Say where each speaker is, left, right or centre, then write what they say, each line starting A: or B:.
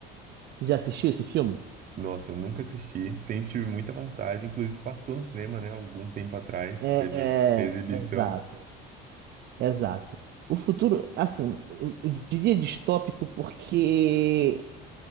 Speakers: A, on the right (about 55°); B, on the right (about 40°).
A: Já assistiu esse filme?
B: Nossa, nunca assisti, sempre tive muita vontade, inclusive passou no cinema, né, algum tempo atrás,
A: É,
B: teve exibição.
A: é, exato, exato. O futuro, assim, eu eu diria distópico porque